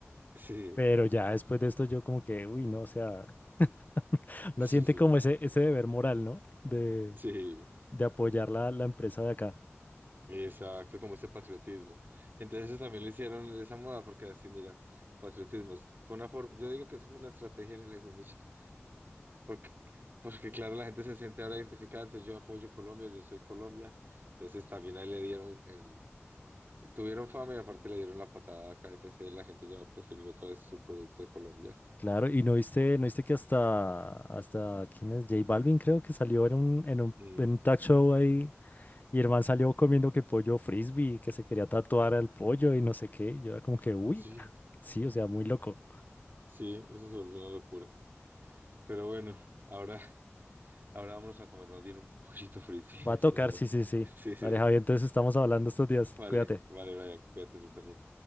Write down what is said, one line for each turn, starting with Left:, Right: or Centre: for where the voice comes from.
Right: sí,
Left: Pero ya después de esto yo como que, uy, no, o sea, <laughs> uno
Right: sí,
Left: siente
Right: sí,
Left: como ese, ese deber moral, ¿no? De,
Right: sí,
Left: de apoyar la, la empresa de acá.
Right: exacto, como ese patriotismo. Entonces eso también lo hicieron de esa moda, porque así, mira, patriotismo, es- fue una forma, yo digo que eso fue una estrategia en el hijo de mi chica, porque, porque claro, la gente se siente ahora identificada, entonces yo apoyo Colombia, yo soy Colombia, entonces también ahí le dieron el, tuvieron fama y aparte le dieron la patada a KFC, la gente ya va a preferir otra vez su producto de Colombia.
Left: Claro, y no viste, no viste que hasta, hasta, ¿quién es? J Balvin creo que salió en un, en un,
Right: Mm,
Left: en un talk show ahí y el man salió comiendo que pollo frisbee, que se quería tatuar al pollo y no sé qué. y Yo era como que, uy,
Right: sí,
Left: sí, o sea, muy loco.
Right: sí, eso se volvió una locura, pero bueno, ahora... Ahora vámonos a comer más bien un pollito frisbee <laughs>
Left: Va
Right: en
Left: a
Right: este
Left: tocar,
Right: momento.
Left: sí, sí, sí.
Right: <laughs> Sí, sí,
Left: Vale,
Right: sí.
Left: Javier, entonces estamos hablando estos días.
Right: Vale,
Left: Cuídate.
Right: vale, Brian, cuídate tú también.